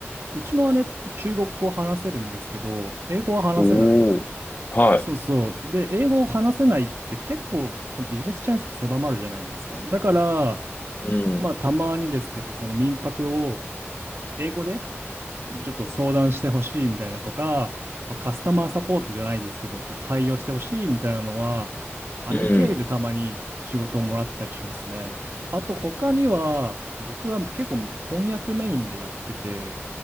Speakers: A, on the right; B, on the left.
A: うちの姉って中国語を話せるんですけど、英語は話せない。
B: おー、はい。
A: そうそう。で、英語を話せないって結構ビジネスチャンスって狭まるじゃないですか。だから、
B: うん。
A: まあたまにですけど、その民泊を英語でちょっと相談してほしいみたいなとか、まあ、カスタマーサポートじゃないですけど、ちょっと対応してほしいみたいなのは、
B: うん。
A: 姉経由でたまに仕事をもらったりしますね。あと他には、僕は結構翻訳メインでやってて、